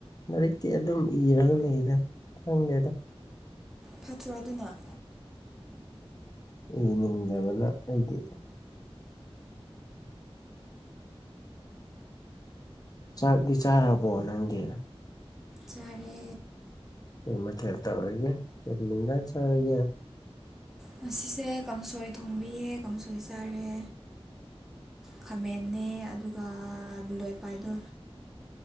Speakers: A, on the left (about 40°); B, in the centre.
A: ꯂꯥꯏꯔꯤꯛꯀꯤ ꯑꯗꯨꯝ ꯏꯔꯒ ꯂꯩꯗ ꯈꯪꯗꯦꯗ
B: ꯐꯠꯇ꯭ꯔꯣ ꯑꯗꯨꯅ
A: ꯏꯅꯤꯡꯗꯕꯅ ꯑꯩꯗꯤ ꯆꯥꯛꯇꯤ ꯆꯥꯔꯕꯣ ꯅꯪꯗꯤ
B: ꯆꯔꯦ
A: ꯀꯔꯤ ꯃꯊꯦꯜ ꯇꯧꯔꯤꯒꯦ ꯀꯔꯤ ꯏꯤꯟꯖꯥꯡ ꯆꯥꯔꯒꯦ
B: ꯉꯁꯤꯁꯦ ꯀꯥꯡꯁꯣꯏ ꯊꯣꯡꯕꯤꯌꯦ ꯀꯥꯡꯁꯣꯏ ꯆꯥꯔꯦ ꯈꯥꯃꯦꯟꯅꯦ ꯑꯗꯨꯒ ꯕꯤꯂꯣꯏꯄꯥꯏꯗꯣ